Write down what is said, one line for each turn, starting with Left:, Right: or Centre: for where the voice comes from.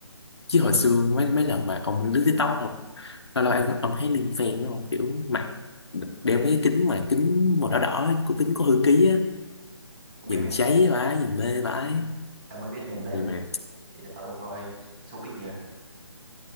Left: chứ hồi xưa mấy mấy lần mà ông lướt TikTok không lâu lâu em ông thấy liên phen đúng không kiểu mặt đeo mấy kính mà kính màu đỏ đỏ của kính có hư ký á
Right: không biết
Left: nhìn
Right: mà
Left: cháy vãi nhìn mê vãi
Right: tao mới biết gần đây
Left: nhưng
Right: luôn á
Left: mà
Right: ý là tao đâu coi showbiz nhiều đâu